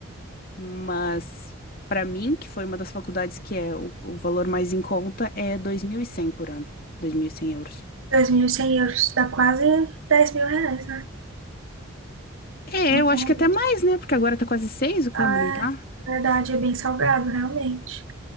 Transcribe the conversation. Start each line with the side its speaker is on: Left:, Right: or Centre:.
Left: Mas para mim, que foi uma das faculdades que é o, o valor mais em conta, é 2.100 por ano. dois mil e cem euros.
Right: dois mil e cem euros dá quase 10 mil reais, né?
Left: É,
Right: Então,
Left: eu acho que até mais, né? Porque agora tá quase 6 o câmbio,
Right: Ah,
Left: não tá?
Right: na verdade, é bem salgado, realmente.